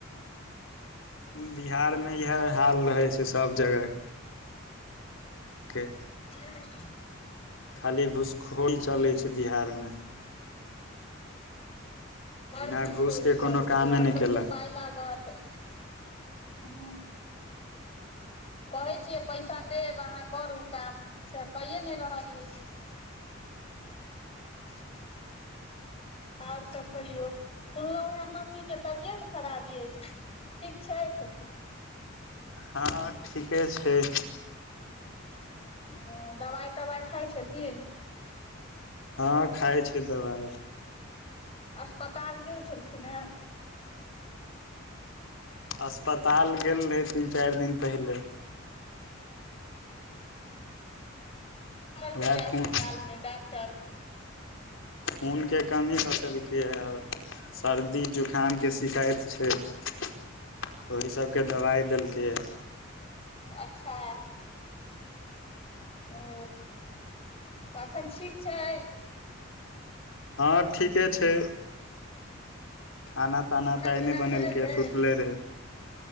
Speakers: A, on the left (about 75°); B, on the left (about 30°).
A: बिहार मे इएह हाल रहै छैय सब जगह के। के
B: ह
A: खाली घुसखोर चलै छैय बिहारमे।
B: बर
A: बिना
B: घूसखौरी
A: घूसके
B: चलै
A: कोनो
B: छैय
A: कामे
B: आ
A: नहि केलक
B: पाय लागत हू कहै छियै पैसा देब अहाँ करू काम से कैए नहि रहल अछि। <unintelligible> आओर सब कहियौ सुनलहु उएह मम्मी के तबियत खराब अछि। ठीक छथि?
A: हँ ठीके छैय।
B: ओ दबाइ तबाइ खाइ छथिन?
A: हँ खाइ छैय दबाई।
B: अस्पताल गेल छलखिन हे?
A: अस्पताल गेल रहै तीन चारि दिन पहिले।
B: कहलके
A: उएह
B: ने अस्पतालमे
A: खून
B: डॉक्टर
A: खूनके कमी बतेलकै आओर सर्दी जुकामके शिकायत छैय। ओहि सबके दवाइ देलकैया।
B: अच्छा ओ तऽ एखन ठीक छैथ?
A: हँ ठीके छैय। खाना ताना तऽ आइ
B: पीना
A: नहि बनेलकै
B: खेलैत अइ
A: सुतले रहय।